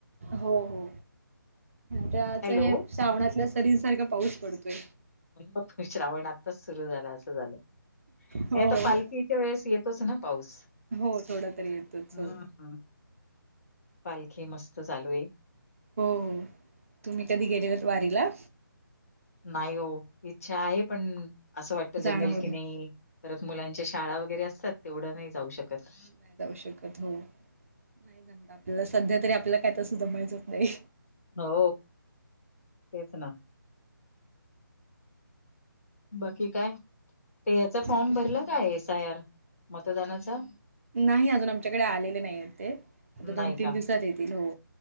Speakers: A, on the right (about 40°); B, on the left (about 40°).
A: हो हो त्यांचं
B: हॅलो.
A: हे श्रावणांतल्या सरींसांरखा पाऊस पडतोय
B: मं मंग श्रावणांत. आताचं सुंरु झालांं असं झालं
A: हो
B: हे आंता
A: हो
B: पालखीच्या वेळेस येतोच नां पाऊस.
A: हो थोडा तरी येतोच
B: हम्मं
A: हो
B: पालखी मस्तं चालूं आहे.
A: हो हो तुम्हीं कधीं गेलेल्या कां वारीला.
B: नाहीं हो ईच्छा आहे पणं असं वाटतं
A: जाणं
B: जमेल
A: होत
B: की
A: नाही
B: नाहीं परंत मुलांच्या शाळां वगैरें असतांत तेवढं नाहीं जाऊं शकतं
A: नाहीं जाऊं शकतं हो नाहीं मं आपल्यांला संध्या तरी आपल्यांला कायं तरं सुद्धां जमायचं नाहीं
B: हो तेचं नां बाकी कायं ते यांचा फॉर्म
A: ओके
B: भरला कायं एस आय आर मतदानांचा
A: नाहीं अजूंन आमच्यांकडे आलेले नाहीं आहेत ते आंता
B: नाही
A: दोन तीनं
B: का
A: दिवसांत येतील हो